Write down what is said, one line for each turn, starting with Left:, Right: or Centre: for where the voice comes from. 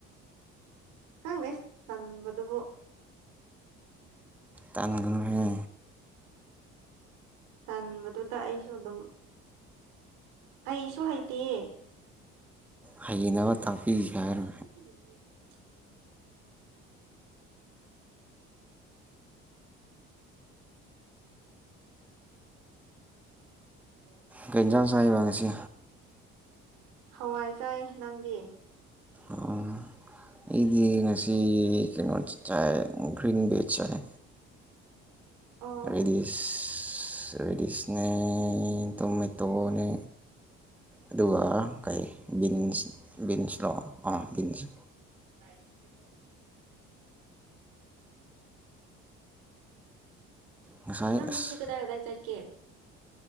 Right: ꯈꯪꯗꯦ ꯇꯟꯕꯗꯨꯕꯨ꯫
Centre: ꯇꯟꯒꯅꯨꯍꯦ꯫
Right: ꯇꯟꯕꯗꯨꯗ ꯑꯩꯁꯨ ꯗꯨꯝ ꯍꯩꯁꯨ ꯍꯩꯇꯤꯌꯦ꯫
Centre: ꯍꯩꯅꯕ ꯇꯥꯛꯄꯤꯒꯦ ꯍꯥꯏꯔ꯫
Right: ꯎꯝ ꯑꯧ
Centre: ꯀꯩ ꯏꯟꯖꯥꯡ ꯆꯥꯏꯕ ꯉꯁꯤ꯫
Right: ꯍꯋꯥꯏ ꯆꯥꯏ ꯅꯪꯗꯤ꯫
Centre: ꯑꯣ ꯑꯩꯗꯤ ꯉꯁꯤ ꯀꯩꯅꯣ ꯆꯥꯏ ꯒ꯭ꯔꯤꯟ ꯕꯦꯖ ꯆꯥꯏ꯫
Right: ꯑꯣ
Centre: ꯔꯦꯗꯤꯁ ꯔꯦꯗꯤꯁꯅꯦ ꯇꯣꯃꯦꯇꯣꯅꯦ ꯑꯗꯨꯒ ꯀꯩ ꯕꯤꯟꯁ ꯕꯤꯟꯁꯂꯣ ꯑꯥ ꯕꯤꯟꯁ꯫
Right: <inaudible>
Centre: ꯉꯁꯥꯏ
Right: ꯅꯪ
Centre: ꯑꯁ
Right: ꯉꯁꯤ ꯀꯗꯥꯏ ꯀꯗꯥꯏ ꯆꯠꯀꯦ꯫